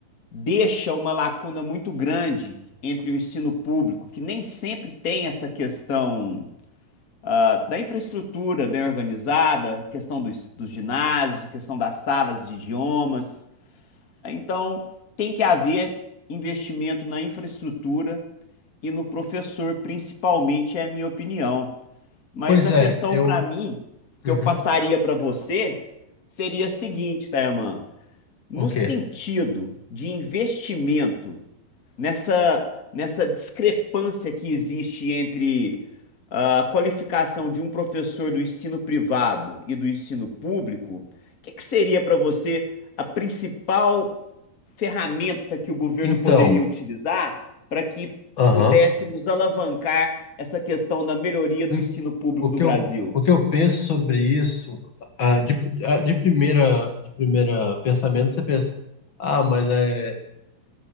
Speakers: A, on the left; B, on the left.
A: deixa uma lacuna muito grande entre o ensino público, que nem sempre tem essa questão ah, da infraestrutura bem organizada, questão dos, dos ginásios, questão das salas de idiomas. Então, tem que haver investimento na infraestrutura e no professor, principalmente, é a minha opinião. Mas
B: Pois
A: a
B: é,
A: questão
B: eu.
A: para mim, que
B: Uhum,
A: eu passaria para você, seria a seguinte, Tayaman. No
B: o quê?
A: sentido de investimento nessa, nessa discrepância que existe entre ah, a qualificação de um professor do ensino privado e do ensino público, o que que seria para você a principal ferramenta que o governo
B: Então,
A: poderia utilizar para que
B: aham,
A: pudéssemos alavancar essa questão da melhoria do
B: em-
A: ensino público
B: o que
A: do Brasil?
B: eu, o que eu penso sobre isso, ah, de, ah, de primeira, de primeira pensamento, você pensa, ah, mas é.